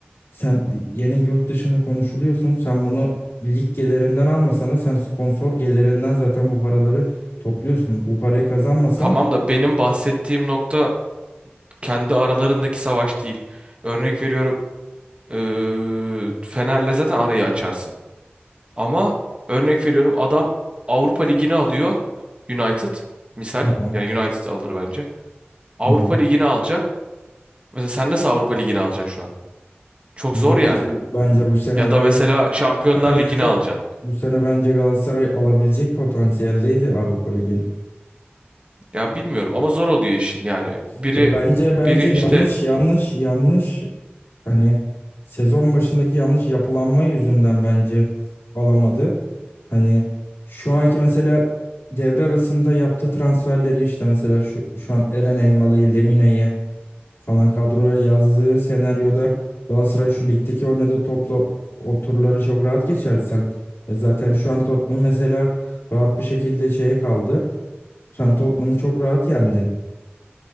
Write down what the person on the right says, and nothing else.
Tamam da benim bahsettiğim nokta kendi aralarındaki savaş değil. Örnek veriyorum eee, Fener'le zaten arayı açarsın. Ama örnek veriyorum adam Avrupa Ligi'ni alıyor United misal
yani United alır bence. Avrupa
Ligi'ni alacak. Mesela sen nasıl Avrupa Ligi'ni alacaksın şu an? Çok
zor yani.
Ya
da mesela Şampiyonlar
Ligi'ni
alacaksın.
Ya bilmiyorum ama zor oluyor işin yani.
Biri
biri
işte